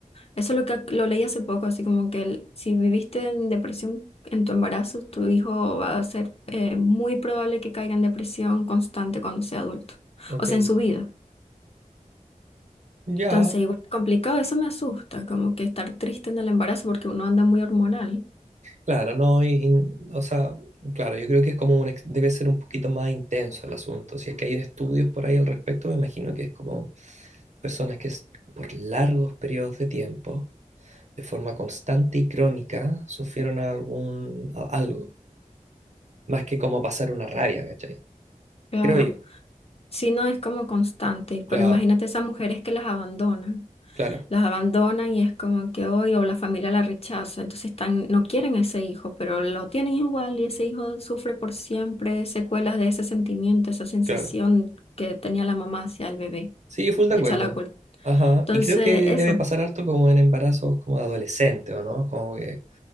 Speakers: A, on the left (about 45°); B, on the right (about 55°).
A: Eso es lo que lo leí hace poco, así como que el- si viviste en depresión en tu embarazo, tu hijo va a ser eh, muy probable que caiga en depresión constante cuando sea adulto,
B: ok.
A: o sea, en su vida.
B: Ya,
A: Entonces, igual es complicado, eso me asusta, como que estar triste en el embarazo porque uno anda muy hormonal.
B: claro, no, y- y- o sea, claro, yo creo que es como un, ex- debe ser un poquito más intenso el asunto. Si es que hay estudios por ahí al respecto, me imagino que es como personas que s- por largos periodos de tiempo, de forma constante y crónica, sufrieron algún, a- algo, más que como pasar una rabia, ¿cachai?
A: Claro,
B: Creo yo.
A: si no es como constante,
B: Claro,
A: pero imagínate esas mujeres que las abandonan,
B: claro,
A: las abandonan y es como que hoy o la familia la rechaza, entonces están, no quieren a ese hijo, pero lo tienen igual y ese hijo sufre por siempre secuelas de ese sentimiento, esa sensación
B: claro.
A: que tenía la mamá hacia el bebé,
B: Sí, full de
A: le
B: acuerdo.
A: echa la culpa.
B: Ajá.
A: Entonces,
B: Y creo que
A: eso,
B: debe pasar harto como en embarazos como de adolescente, ¿o no? Como que